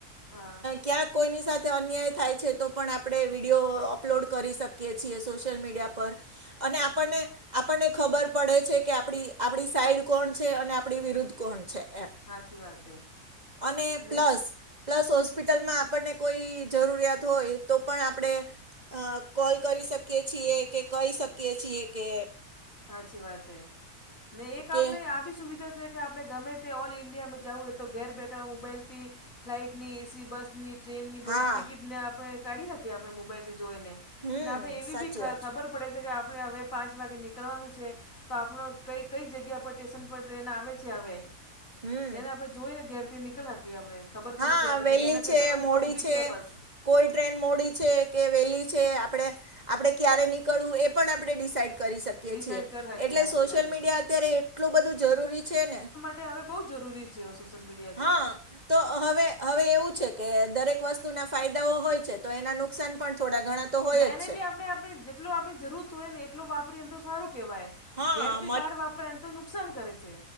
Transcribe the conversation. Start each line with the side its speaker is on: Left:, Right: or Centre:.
Left: હા
Right: ક્યાંક કોઈની સાથે અન્યાય થાય છે તો પણ આપડે વિડીયો અપલોડ કરી શકીએ છીએ સોશિયલ મીડિયા પર અને
Left: સાચી
Right: આપણને
Left: વાત
Right: આપણને ખબર પડે છે કે આપડી આપડી સાઈડ કોણ છે અને આપડી વિરુદ્ધ કોણ છે એમ.
Left: સાચી વાત છે
Right: અને
Left: ને
Right: પ્લસ પ્લસ હોસ્પિટલમાં આપણને કોઈ જરૂરિયાત હોય તો પણ આપડે અહ કોલ કરી શકીએ છીએ કે કહી શકીએ છીએ કે
Left: હાચી વાત હે ને એક
Right: કે
Left: આપડે આવી સુવિધા છે કે આપડે ગમે તે ઓલ ઇન્ડિયામાં જવું હોય તો ઘેર બેઠા મોબાઈલ થી ફ્લાઇટ ની એ સી બસની ટ્રેનની
Right: હા
Left: બધી ટિકિટ ને આપણે કાઢી શકીએ આપણે મોબાઈલ થી જોઈઈ ને
Right: હમ
Left: આપણે એવી
Right: સાચી
Left: બી ખ-ખબર
Right: વાત
Left: પડે છે કે આપણે હવે પાંચ વાગે નીકળવાનું છે તો આપણો કઈ કઈ જગ્યા પર સ્ટેશન પર ટ્રેન આવે છે હવે
Right: હમ
Left: જેને આપડે જોઈને ઘેરથી નીકળ કીએ આપડે. ખબર
Right: હા
Left: પડી જાય બધી
Right: વહેલી
Left: કે એના
Right: છે
Left: સ્ટેશન ઉપર
Right: મોડી
Left: ઊભી છે બસ.
Right: કોઈ ટ્રેન મોડી છે કે વેલી છે આપડે આપડે ક્યારે નીકળવું એ પણ આપડે ડિસાઇડ કરી શકીએ
Left: ડિસાઇડ
Right: છીએ.
Left: કરી શકીએ
Right: એટલે
Left: સાચી
Right: સોશિયલ
Left: વાત છે
Right: મીડિયા અત્યારે એટલું બધું જરૂરી છે ને
Left: તે હવે બહુ જરૂરી છે સોશિયલ મીડિયા તો.
Right: હા તો હવે હવે એવું છે કે દરેક વસ્તુના ફાયદાઓ હોય છે તો એના નુકસાન પણ થોડા ઘણા તો હોય
Left: ને
Right: જ
Left: એને
Right: છે
Left: બી આપણે આપણે જેટલો આપણે જરૂર હોય ને એટલો વાપરીને તો સારું કહેવાય.
Right: હા
Left: ઘેર થી બહાર વાપરો એમ તો નુકસાન કરે છે.